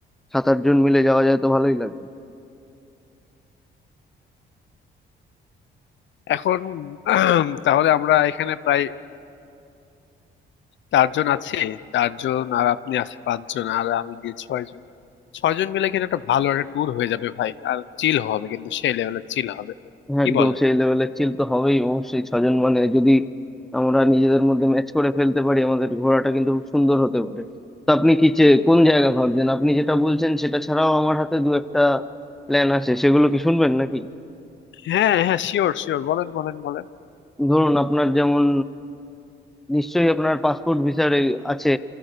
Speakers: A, in the centre; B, on the left.
A: সাত আট জন মিলে যাওয়া যায় তো ভালোই লাগবে
B: এখন আহ, তাহলে আমরা এখানে প্রায় চারজন আছি চারজন আর আপনি আছি পাঁচজন আর আমি দিয়ে ছয়জন ছয়জন মিলে কিন্তু একটা ভালো একটা ট্যুর হয়ে যাবে ভাই আর চিল হবে কিন্তু সেই লেভেলের চিল হবে
A: হ্যাঁ,
B: কি
A: একদম
B: বলেন
A: সেই লেভেলের চিল তো হবেই অবশ্যই ছজন মানে যদি আমরা নিজেদের মধ্যে ম্যাচ করে ফেলতে পারি আমাদের ঘোড়াটা কিন্তু খুব সুন্দর হতে পারে তো আপনি কি চে- কোন জায়গা ভাবছেন আপনি যেটা বলছেন সেটা ছাড়াও আমার হাতে দু একটা প্ল্যান আছে সেগুলো কি শুনবেন নাকি
B: হ্যাঁ হ্যাঁ শিওর শিওর বলেন বলেন বলেন
A: ধরুন আপনার যেমন নিশ্চয়ই আপনার পাসপোর্ট ভিসার আছে